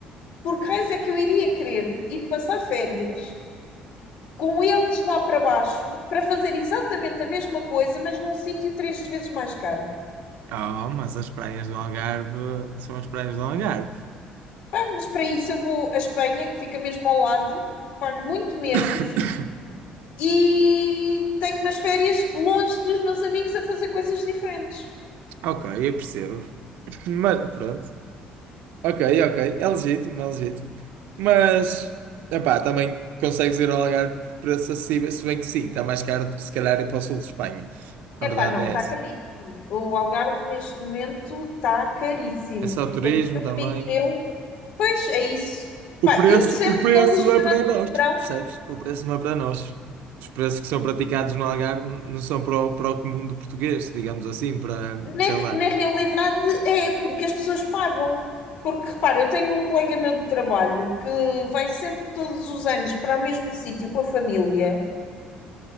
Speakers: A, on the left; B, on the right.
A: porque raios é que eu iria querer ir passar férias com eles lá para baixo para fazer exatamente a mesma coisa, mas num sítio três vezes mais caro?
B: Oh, mas as praias do Algarve são as praias do Algarve.
A: Pá, mas para isso eu vou à Espanha, que fica mesmo ao lado, pago muito menos
B: <coughs>
A: e tenho umas férias longe dos meus amigos a fazer coisas diferentes.
B: Ok, eu percebo. Mas pronto. Ok, ok. É legítimo, é legítimo. Mas, epá, também consegues ir ao Algarve por preço acessível, se bem que sim, está mais caro do que se calhar ir para o sul de Espanha. A
A: Epá,
B: verdade
A: não,
B: é
A: está
B: essa.
A: caríssimo. O Algarve neste momento está caríssimo.
B: É só turismo
A: Eu,
B: também.
A: eu- pois é isso.
B: O
A: Pá,
B: preço,
A: eu percebo
B: o preço
A: que eles
B: não é
A: durante
B: para nós,
A: o verão,
B: percebes? O preço não é para nós. Os preços que são praticados no Algarve n- não são para o, para o comum do português, digamos assim, para,
A: na,
B: sei lá.
A: na realidade é porque as pessoas pagam. Porque repara, eu tenho um colega meu de trabalho que vai sempre todos os anos para o mesmo sítio com a família